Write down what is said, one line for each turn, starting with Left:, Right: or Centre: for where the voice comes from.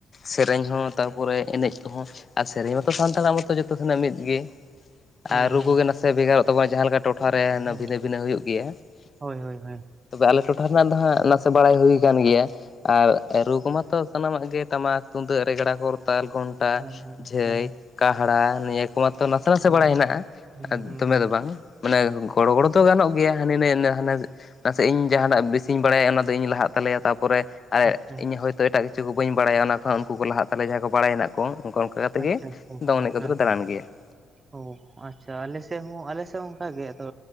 Left: ᱥᱮᱨᱮᱧ ᱦᱚᱸ ᱛᱟᱯᱚᱨᱮ ᱮᱱᱮᱡ ᱠᱚᱦᱚᱸ, ᱟᱨ ᱥᱮᱨᱮᱧ ᱢᱟᱛᱚ ᱥᱟᱱᱛᱟᱲᱟᱜ ᱢᱟᱛᱚ ᱡᱚᱛᱚ ᱥᱮᱱᱟᱜ ᱢᱤᱫ ᱜᱮ ᱾
Right: ᱦᱮᱸ
Left: ᱟᱨ ᱨᱩ
Right: ᱦᱮᱸ
Left: ᱠᱚᱜᱮ ᱱᱟᱥᱮ ᱵᱷᱮᱜᱟᱨᱚᱜ ᱛᱟᱵᱚᱱᱟ ᱡᱟᱦᱟᱸ ᱞᱮᱠᱟ ᱴᱚᱴᱷᱟ ᱨᱮ
Right: ᱦᱮᱸ
Left: ᱵᱷᱤᱱᱟᱹ ᱵᱷᱤᱱᱟᱹ ᱦᱩᱭᱩᱜ ᱜᱮᱭᱟ
Right: ᱦᱳᱭ
Left: ᱾
Right: ᱦᱳᱭ ᱦᱳᱭ
Left: ᱛᱚᱵᱮ ᱟᱞᱮ ᱴᱚᱴᱷᱟ ᱨᱮᱱᱟᱜ ᱫᱚ ᱦᱟᱸᱜ ᱱᱟᱥᱮ ᱵᱟᱲᱟᱭ ᱦᱩᱭ ᱠᱟᱱ ᱜᱮᱭᱟ ᱾ ᱟᱨ ᱨᱩ ᱠᱚ ᱢᱟᱛᱚ ᱥᱟᱱᱟᱢᱟᱜ ᱜᱮ ᱴᱟᱢᱟᱠ, ᱛᱩᱢᱫᱟᱹᱜ, ᱨᱮᱜᱽᱲᱟ, ᱠᱚᱨᱛᱟᱞ, ᱜᱷᱚᱱ ᱴᱟ,
Right: ᱦᱩᱸ ᱦᱩᱸ ᱟᱪᱪᱷᱟ
Left: ᱡᱷᱟᱹᱭ, ᱠᱟᱦᱲᱟ ᱱᱤᱭᱟᱹ ᱠᱚ ᱢᱟᱛᱚ ᱱᱟᱥᱮ ᱱᱟᱥᱮ
Right: ᱦᱩᱸ
Left: ᱵᱟᱲᱟᱭ ᱦᱮᱱᱟᱜ-ᱟ ᱾
Right: ᱦᱩᱸ
Left: ᱟᱨ
Right: ᱦᱩᱸ
Left: ᱫᱚᱢᱮ
Right: ᱦᱩᱸ
Left: ᱫᱚ ᱵᱟᱝ, ᱢᱟᱱᱮ ᱜᱚᱲᱚ ᱜᱚᱲᱚ ᱫᱚ ᱜᱟᱱᱚᱜ ᱜᱮᱭᱟ ᱦᱟᱹᱱᱤ ᱱᱟᱭ ᱦᱟᱱᱟ ᱚᱱᱟ ᱥᱮ ᱤᱧ ᱡᱟᱦᱟᱱᱟᱜ ᱵᱮᱥᱤᱧ ᱵᱟᱲᱟᱭᱟ ᱚᱱᱟ ᱫᱚ ᱤᱧ ᱞᱟᱦᱟᱜ ᱛᱟᱞᱮᱭᱟ ᱛᱟᱯᱚᱨᱮ ᱟᱨ
Right: ᱟᱪᱪᱷᱟ
Left: ᱤᱧ ᱦᱳᱭᱛᱚ ᱮᱴᱟᱜ ᱠᱤ ᱪᱷᱩ ᱠᱚ ᱵᱟᱹᱧ ᱵᱲᱟᱭᱟ ᱚᱱᱟ ᱠᱚ ᱦᱟᱸᱜ ᱩᱱᱠᱩ ᱠᱚ ᱞᱟᱦᱟᱜ ᱛᱟᱞᱮ ᱡᱟᱦᱟᱸᱭ ᱠᱚ ᱵᱟᱲᱟᱭ ᱦᱮᱱᱟᱜ ᱠᱚ ᱚᱱᱠᱟ ᱚᱱᱠᱟ ᱠᱟᱛᱮ
Right: ᱟᱪᱪᱷᱟ
Left: ᱜᱮ
Right: ᱟᱪᱪᱷᱟ ᱟᱪᱪᱷᱟ
Left: ᱫᱚᱝ ᱮᱱᱮᱡ ᱠᱚᱫᱚ
Right: ᱦᱮᱸ
Left: ᱞᱮ
Right: ᱦᱮᱸ
Left: ᱫᱟᱬᱟᱱ ᱜᱮᱭᱟ ᱾
Right: ᱚ ᱟᱪᱪᱷᱟ ᱟᱞᱮ ᱥᱮᱫ ᱦᱚᱸ ᱟᱞᱮ ᱥᱮᱫ ᱦᱚᱸ ᱚᱱᱠᱟ ᱜᱮ ᱟᱫᱚ